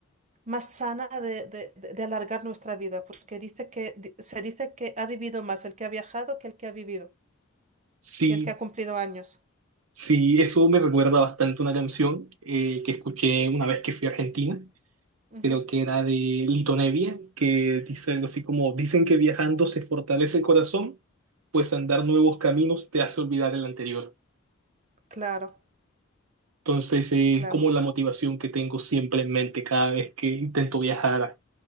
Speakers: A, on the right; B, on the right.
A: más sana de, de- de- de alargar nuestra vida, porque dice que, di- se dice que ha vivido más el que ha viajado que el que ha vivido,
B: Sí,
A: que el que ha cumplido años.
B: sí, eso me recuerda bastante una canción eh, que escuché una vez que fui a Argentina
A: Ujú,
B: creo que era de Lito Nevia, que dice algo así como, dicen que viajando se fortalece el corazón, pues andar nuevos caminos te hace olvidar el anterior.
A: Claro,
B: Entonces eh,
A: claro.
B: es como la motivación que tengo siempre en mente cada vez que intento viajar,